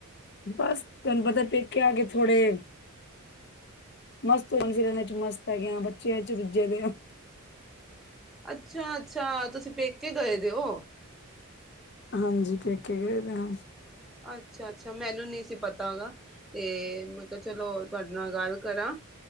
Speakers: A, on the left; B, in the centre.
A: ਬਸ ਤੁਹਨੂੰ ਪਤਾ ਪੇਕਿਆ ਆ ਕੇ ਥੋੜੇ ਮਸਤ ਹੋਣ ਫਿਰ ਇਹਨਾਂ ਚ ਮਸਤ ਹੈਗੇ ਬੱਚਿਆਂ ਵਿੱਚ ਰੂਜੇ ਪਏ ਆ।
B: ਅੱਛਾ ਅੱਛਾ, ਤੁਸੀਂ ਪੇਕੇ ਗਏ ਦੇ ਓ।
A: ਹਾਂਜੀ, ਵੇਕੇ ਗਏ ਪਏ ਆ।
B: ਅੱਛਾ ਅੱਛਾ, ਮੈਨੂੰ ਨੀ ਸੀ ਪਤਾ ਗਾ। ਤੇ ਮੈਂ ਕਿਹਾ ਚਲੋ ਤੁਹਾਡੇ ਨਾਲ ਗੱਲ ਕਰਾਂ।